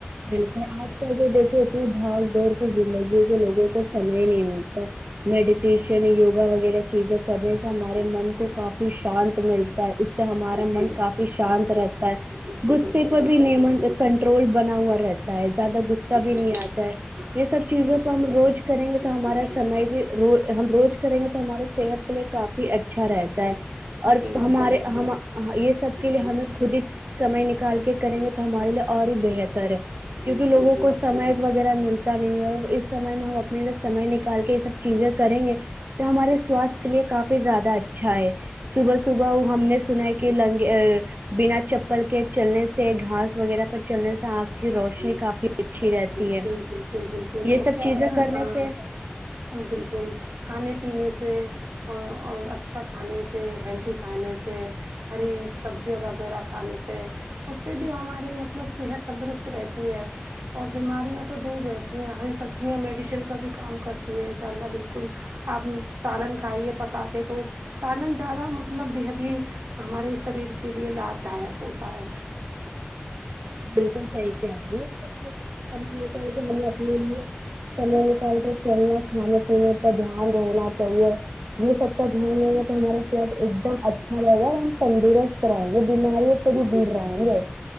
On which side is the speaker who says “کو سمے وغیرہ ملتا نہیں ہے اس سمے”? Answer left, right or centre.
Right